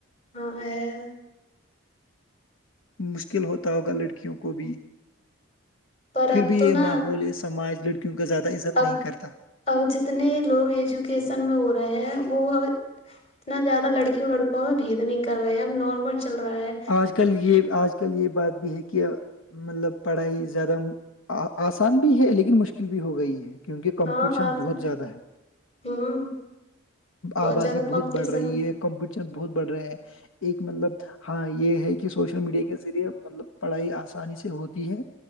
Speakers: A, on the left; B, on the left.
A: ہاں
B: مشکل ہوتا ہوگا لڑکیوں کو بھی
A: پر
B: پھر
A: اب
B: بھی
A: تو
B: یہ
A: نا
B: ماحول یہ سماج لڑکیوں کا زیادہ عزت
A: اب
B: نہیں کرتا
A: اب جتنے لوگ ایجوکیشن میں ہو رہے ہیں وہ اب اتنا زیادہ لڑکیوں لڑکوںں میں بھید نہیں کر رہے ہیں ا ہم نارمل چل رہا ہے
B: آج کل یہ آج کل یہ بات بھی ہے کہ مطلب پڑھائی زیادہ آسان بھی ہے لیکن مشکل بھی ہو گئی ہے کیونکہ کمپٹیشن
A: ہاں آسم
B: بہت زیادہ ہے
A: ہوں
B: آبادی
A: زیادہ کمپٹیشن
B: بہت بڑھ رہی ہے کمپٹیشن بہت بڑھ رہے ہیں ایک مطلب ہاں یہ ہے کہ سوشل میڈیا کے ذریعے مطلب پڑھائی آسانی سے ہوتی ہے